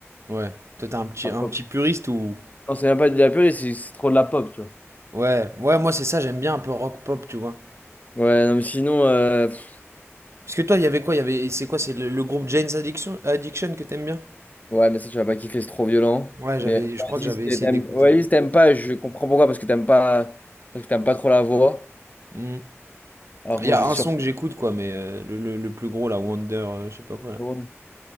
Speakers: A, on the right; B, on the left.
A: Ouais. Toi, t'es un petit, un
B: vois.
A: petit puriste ou.
B: Non, c'est même pas de la purée, c'est c'est trop de la pop, tu vois.
A: Ouais, ouais, moi c'est ça, j'aime bien un peu rock pop, tu vois.
B: Ouais, non, mais sinon, euh, pff,
A: Parce que toi, il y avait quoi? Il y avait, c'est quoi? C'est le, le groupe Jane's Addiction, Addiction que t'aimes bien?
B: ouais, mais ça, tu vas pas kiffer, c'est trop violent.
A: Ouais, j'avais,
B: Mais
A: je
B: Oasis,
A: crois que j'avais
B: t'aimes
A: essayé
B: t'aimes-
A: d'écouter.
B: Oasis, t'aimes pas, je comprends pourquoi, parce que t'aimes pas, parce que t'aimes pas trop la voix.
A: Hmm.
B: Alors
A: Il
B: que
A: y
B: moi,
A: a
B: je suis
A: un son
B: surpris.
A: que j'écoute, quoi, mais euh, le, le- le plus gros, là, Wonder, euh, je sais pas quoi, là.
B: Ouais,